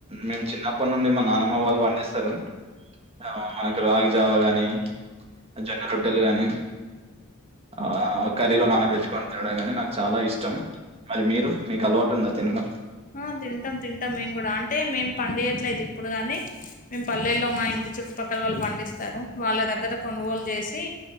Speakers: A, on the right; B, on the left.
A: మేము చిన్నప్పటి నుండి మా నానమ్మ వాళ్ళు పండిస్తారు ఆ మనకు రాగిజావా గాని జొన్న రొట్టెలు గాని ఆ కర్రీలో నానబెట్టు కొని తినడామే కాని నాకు చాలా ఇష్టం మరి మీరు మీకు అలవాటు ఉందా తినడం
B: ఆ తింటాం తింటాం మేము కూడా అంటే మేం పండియట్లేదు ఇప్పుడు కాని మేము పల్లెల్లో మా ఇంటి చుట్టుపక్కల వాళ్ళు పండిస్తారు వాళ్ళ దగ్గర కొనుగోలు చేసి